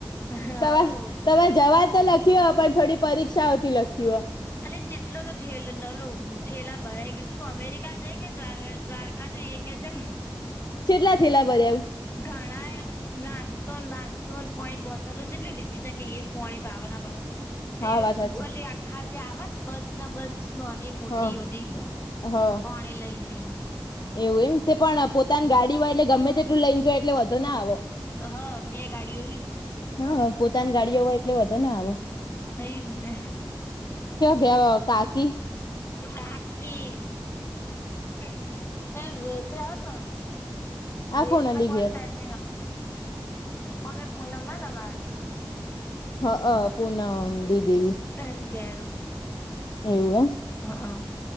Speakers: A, on the left; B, on the left.
A: હવ
B: તમારા જવા તો લખ <unintelligible> પણ થોડી પરીક્ષા હોતી લખીઓ
A: અ જેટલો તો થેલ નલો ઠેલા ભરાઈ ગીધું તું અમેરિકા જઈ કે દ્વાર દ્વારકા જઈએ કે જેમ
B: કેટલા થેલા ભર્યા આવું
A: ઘણા નાસ્તોને બસ્તો પોણી બોટલો જેટલી લીધી છેમ કે એ પોણી ભાવવાના ભાવ તે
B: હા વાત સાચી
A: ઓલી આખા જે આવા ને પંચ ના બંચ નો અને મોટી
B: હ
A: બધી
B: હ
A: પાણી લઈને જાય
B: એવું એમ તે પણ પોતાની ગાડી હોય એટલે ગમે તેટલું લઈને જ એટલે વધો ના આવો
A: હા બે ગાડીઓ
B: હા પોતાની ગાડીઓ હોય એટલે વધો ને આવ
A: થઈને
B: ગયા કાકી
A: કાકી <unintelligible> હતો ડ્રેસ
B: આ કોનાલી
A: નકવાર
B: ઘેર
A: સેટ અમે પૂનમાન અમાર
B: હઅ પૂનમ દીદી
A: એન ઘેરો
B: એવું એમ
A: હા હા